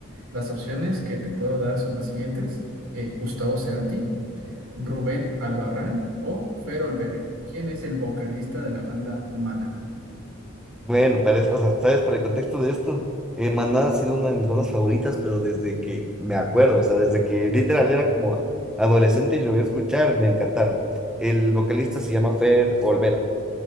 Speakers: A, on the right; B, in the centre.
A: Las opciones que te puedo dar son las siguientes. eh, Gustavo Cerati. Rubén Albarrán o Fer Olvera, quien es el vocalista de la banda Mana.
B: Bueno, parece, o sea, sabes, para el contexto de esto, eh, Maná ha sido una de mis bandas favoritas, pero desde que me acuerdo, o sea, desde que literal era como adolescente y lo voy a escuchar, me encantaron. El vocalista se llama Fer Olvera. <laughs>